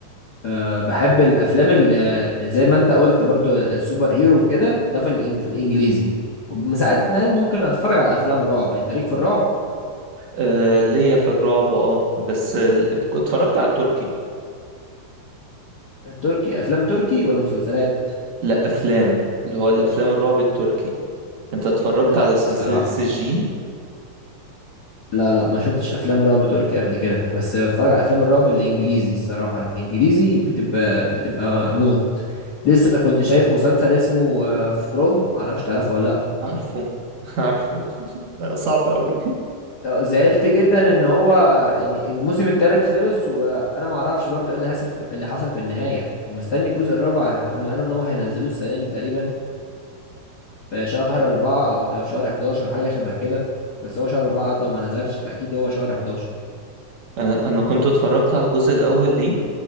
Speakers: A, on the left; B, on the right.
A: أه بحب الأفلام اللي زي ما انت قلت برضو السوبر هيرو كده ده في الإن- في الإنجليزي وساعات
B: مم.
A: ما ممكن أتفرج على أفلام رعب يعني انت ليك في الرعب
B: آه ليا في الرعب اه بس ال- اتفرجت على التركي
A: تركي افلام تركي ولا مسلسلات
B: لا افلام اللي هو الافلام الرعب التركي انت اتفرجت
A: لا
B: على سلسلة
A: الصراحه
B: سجين
A: لا لا ما شفتش افلام رعب تركي قبل كده بس بتفرج على افلام الرعب الانجليزي الصراحه الانجليزي بتبقى بتبقى موت لسه كنت شايف مسلسل اسمه فروم معرفش تعرفه ولا لا
B: عارفه <laughs> عارفه <laughs> ده صعب قوي
A: وزعلت جدا ان هو يعني الموسم الثالث خلص وانا ما اعرفش برضو ايه اللي حصل في اللي حصل في النهايه ومستني الجزء الرابع هم قالوا ان هو هينزلوه السنه دي تقريبا في شهر أربعة في في شهر 11 حاجة شبه كده بس هو شهر أربعة عدى وما نزلش فأكيد هو شهر 11
B: انا انا كنت اتفرجت على الجزء الاول ليه